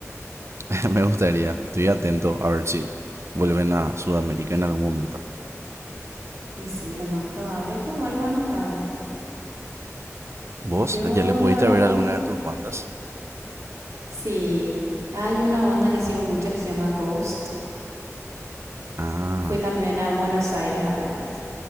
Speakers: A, on the right; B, on the right.
A: <laughs> Me gustaría. Estoy atento a ver si vuelven a Sudamérica en algún momento.
B: Y sí, lo más probable es que vuelvan otra vez.
A: ¿Vos
B: Yo
A: ya le pudiste
B: la verdad
A: ver alguna
B: que
A: de tus bandas?
B: sí. Hay una banda que sigo mucho que se llama Ghost.
A: Ah,
B: Fui también a Buenos Aires a verlos.